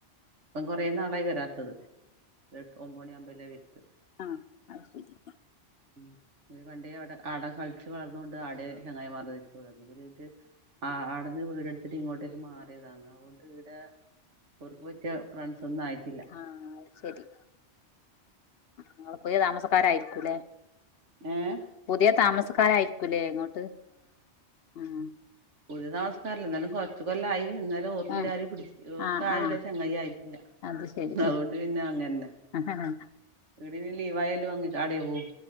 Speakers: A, on the right; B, on the left.
A: ഇപ്പം കുറേ നാളായി വരാത്തത് എട്ട് ഒമ്പോ മണി ആമ്പല്ലേ വേരുത്ത്
B: ആഹ് അത് ശെരി
A: ഈ പണ്ടേയ അവിടെ ആട കളിച്ച് വളർന്നൊണ്ട് ആടെ ചെങ്ങായി മാർടെ നിക്കുള്ളത് ഇവര്ത് ആഹ് അടെന്ന് വീടടുത്തിട്ട് ഇങ്ങോട്ടേക്ക് മാറിയതാണ് അതൊണ്ട് ഇടെ ഓർക്ക്‌ - പറ്റിയ ഫ്രണ്ട്സ് ഒന്നും ആയി -
B: ആഹ് ശെരി നിങ്ങള് പുയ താമസക്കാരായിരിക്കൂല്ലേ
A: ഏഹ്
B: പുതിയ താമസക്കാരയിരിക്കുല്ലേ ഇങ്ങോട്ട് ഉം
A: പുതിയ താസ്കാരല്ല എന്നാലും കൊറച്ച് കൊല്ലായി എന്നാ- ല് ഓർക്കിടെ
B: ഏഹ്
A: ആരും പിടിച്ച് ഓർക്കാരും
B: ആഹ് ആഹ്
A: ഇടെ ചങ്ങായി ആയിരിക്കില്ല
B: അത് ശരി
A: അതുകൊണ്ട് പിന്നെ അങ്ങനന്നെ
B: ആഹ്
A: ഇടിന് ലീവായാലും അങ്ങിച്ചാടെ പോവും